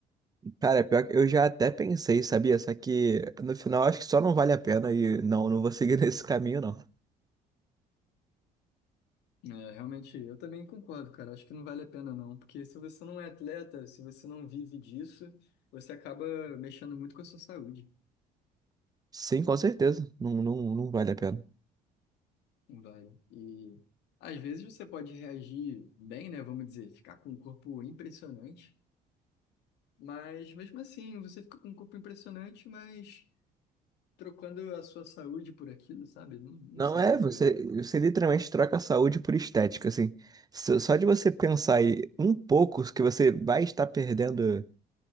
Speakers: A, on the right; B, on the left.
A: Cara, pior que eu já até pensei, sabia? Só que no final acho que só não vale a pena e não, não vou seguir <laughs> nesse caminho, não.
B: É, realmente, eu também concordo, cara. Acho que não vale a pena, não. Porque se você não é atleta, se você não vive disso, você acaba mexendo muito com a sua saúde.
A: Sim, com certeza. Não, não, não vale a pena.
B: Não vale. E às vezes você pode reagir bem, né? Vamos dizer, ficar com um corpo impressionante. Mas mesmo assim, você fica com um corpo impressionante, mas trocando a sua saúde por aquilo, sabe? Não, não
A: Não
B: sei
A: é,
B: se é
A: você,
B: legal.
A: você literalmente troca a saúde por estética, assim. Só só de você pensar em um pouco que você vai estar perdendo,